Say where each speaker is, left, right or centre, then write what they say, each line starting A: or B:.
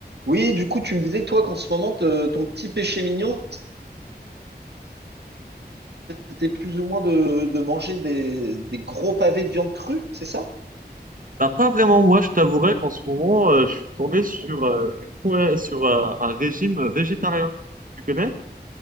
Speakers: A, on the right; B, on the right.
A: Oui, du coup, tu me disais, toi, qu'en ce moment, te- ton petit péché mignon, c'était plus ou moins de, de manger des, des gros pavés de viande crue, c'est ça?
B: Bah, pas vraiment, moi je t'avouerais qu'en ce moment euh, je suis tourné sur, euh, une, couver- sur euh, un régime végétarien. Tu connais?